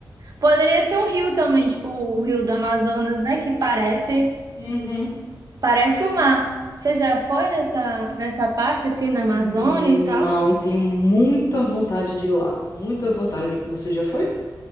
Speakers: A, on the right; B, on the left.
A: Poderia ser um rio também, tipo o Rio do Amazonas, né, que parece
B: Uhum.
A: Parece o mar. Você já foi nessa, nessa parte assim na Amazônia
B: Não,
A: e tal?
B: tenho muita vontade de ir lá. Muita vontade. Você já foi?